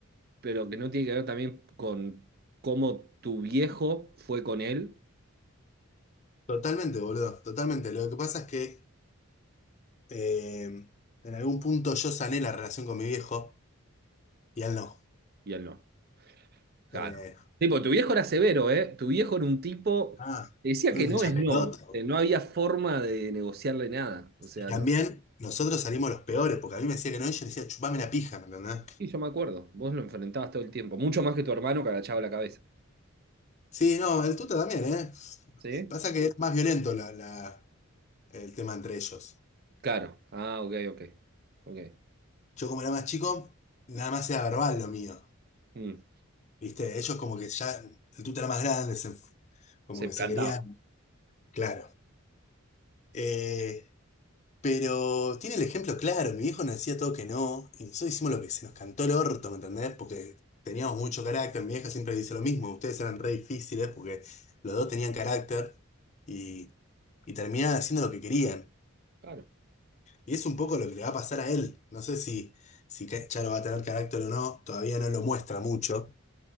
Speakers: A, on the right; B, on the left.
A: pero que no tiene que ver también con cómo tu viejo fue con él
B: Totalmente, boludo. Totalmente. Lo que pasa es que eh, en algún punto yo sané la relación con mi viejo y él no.
A: y él no? Claro.
B: Eh,
A: Tipo, tu viejo era severo, ¿eh? Tu viejo era un tipo.
B: ah,
A: Te decía
B: era
A: que
B: un
A: no
B: hincha
A: es
B: pelota.
A: no. Eh, No había forma de negociarle nada. O sea,
B: Y también
A: no.
B: nosotros salimos los peores, porque a mí me decía que no y yo le decía, chupame la pija, ¿me entendés?
A: Sí, yo me acuerdo. Vos lo enfrentabas todo el tiempo. Mucho más que tu hermano que agachaba la cabeza.
B: Sí, no, el tuta también, ¿eh?
A: ¿Sí?
B: Pasa que es más violento la, la- el tema entre ellos.
A: Claro. Ah, ok, ok. Ok.
B: Yo como era más chico, nada más era verbal lo mío.
A: Mm.
B: ¿Viste? Ellos como que ya, el tuta era más grande, se- como
A: Se
B: que
A: plantaba.
B: se querían, claro. Eh, pero tiene el ejemplo claro, mi viejo nos decía todo que no, y nosotros hicimos lo que se nos cantó el orto, ¿me entendés? Porque teníamos mucho carácter, mi vieja siempre dice lo mismo, ustedes eran re difíciles porque los dos tenían carácter y, y terminaban haciendo lo que querían.
A: Claro.
B: Y es un poco lo que le va a pasar a él. No sé si, si Ca- Charo va a tener carácter o no, todavía no lo muestra mucho,